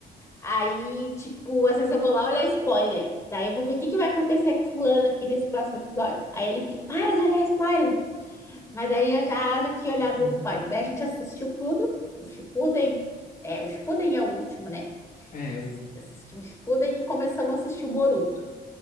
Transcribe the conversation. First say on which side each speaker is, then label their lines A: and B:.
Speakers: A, on the left; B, on the left.
A: Aí, tipo, às vezes eu vou lá olhar spoiler. Daí eu vou ver o que que vai acontecer com fulano aqui nesse próximo episódio. Aí ele fica, para de olhar spoiler. Mas daí eu já, já tinha
B: <laughs>
A: olhado o spoiler. Daí a gente assistiu tudo, o Shippuden. É, o Shippuden é o último, né?
B: É,
A: Assis-
B: o...
A: Assistimos o Shippuden e começamos a assistir o Boruto.